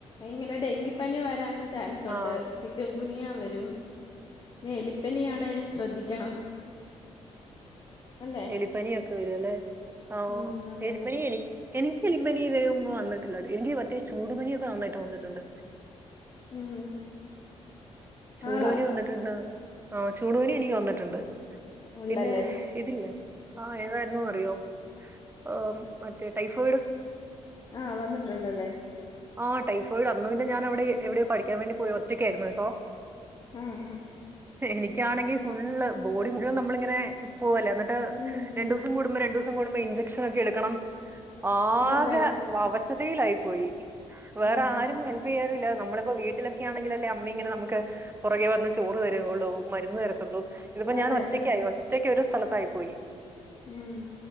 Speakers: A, on the left; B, on the right.
A: ഇങ്ങനെ ഡെങ്കിപ്പനി വരാനും ചാ ചാൻസ് ഒണ്ട്
B: ആ
A: ചിക്കൻ ഗുനിയാ വരും പിന്നെ എലിപ്പനിയാണേലും ശ്രദ്ധിക്കണം അല്ലേ
B: എലിപ്പനിയൊക്ക് വെരുവല്ലേ ആഹ്
A: ഉം
B: ഒ
A: അതെ
B: എലിപ്പനി
A: അതെ
B: എനിക്ക് എനിക്ക് എലിപ്പനി ഇതിന് മുമ്പ് വന്നിട്ടില്ലാട്ടോ എനിക്ക് മറ്റേ ചൂടു പനിയൊക്കെ നന്നായിട്ട് വന്നിട്ടുണ്ട്
A: ഉം
B: ചൂടുപനി
A: ആണോ
B: വന്നിട്ടിണ്ട് ആഹ് ചൂടു പനി എനിക്ക് വന്നിട്ടുണ്ട്
A: ഉണ്ടല്ലേ
B: പിന്നെ ഇതില്ലേ? ആഹ് ഏതായിരുന്നു അറിയോ ആം മറ്റേ ടൈഫോയിഡ്
A: ആഹ് വന്നിട്ടുണ്ടല്ലേ?
B: ആഹ് ടൈഫോയിഡ് അന്ന് പിൻ ഞാനവിടെ എവിടെയോ പഠിക്കാൻ വേണ്ടി പോയി ഒറ്റക്കായിരുന്നു കേട്ടോ
A: ആഹ് ആഹ്
B: എനിക്കാണെങ്കിൽ ഫുള്ള് ബോഡി മുഴുവൻ നമ്മളിങ്ങനെ ഇപ് പോവല്ലേ അന്നിട്ട്
A: ഉം
B: രണ്ടു
A: ഉം
B: ദിവസം കൂടുമ്പോ രണ്ട് ദിവസം കൂടുമ്പോ ഇഞ്ചക്ഷൻ ഒക്കെ എടുക്കണം ആകെ
A: അതെ അതെ
B: വ അവശത യിലായി പോയി വേറെ
A: ആഹ്
B: ആരും ഹെൽപ്പ് ചെയ്യാനുല് ല്ല നമ്മളിപ്പോ വീട്ടിലൊക്കെ ആണെങ്കിൽ അല്ലേ അമ്മ ഇങ്ങനെ നമുക്ക് പുറകെ വന്ന് ചോറ് തരുയുള്ളൂ മരുന്ന് തരത്തുള്ളൂ ഇതിപ്പോ
A: അതെ
B: ഞാൻ ഒറ്റയ്ക്കായി
A: അതെ
B: ഒറ്റക്ക് ഒരു സ്ഥലത്തായി പോയി
A: ഉം